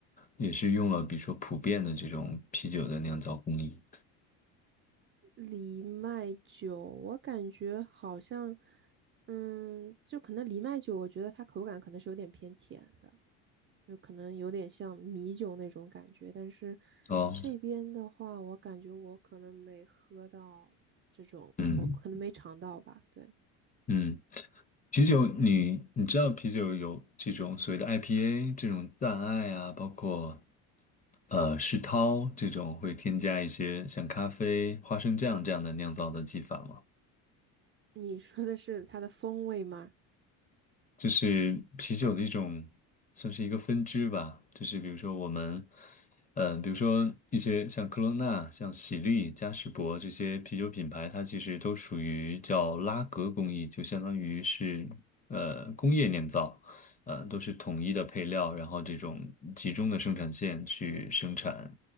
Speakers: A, on the left; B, on the right.
A: 也是用了比如说普遍的这种啤酒的酿造工艺？
B: 藜麦酒，我感觉好像，嗯，就可能藜麦酒，我觉得它口感可能是有点偏甜的。就可能有点像米酒那种感觉，但是
A: 哦，
B: 这边的话，我感觉我可能没喝到这种口，
A: 嗯
B: 可能没尝到吧。对，
A: 嗯，啤酒你你知道啤酒有这种所谓的 IPA 这种淡艾啊，包括呃世涛这种会添加一些像咖啡、花生酱这样的酿造的技法吗？
B: 你说的是它的风味吗？
A: 就是啤酒的一种，算是一个分支吧。就是比如说我们，呃，比如说一些像科罗娜、像喜力、嘉士伯这些啤酒品牌，它其实都属于叫拉格工艺，就相当于是呃工业酿造，呃，都是统一的配料，然后这种集中的生产线去生产，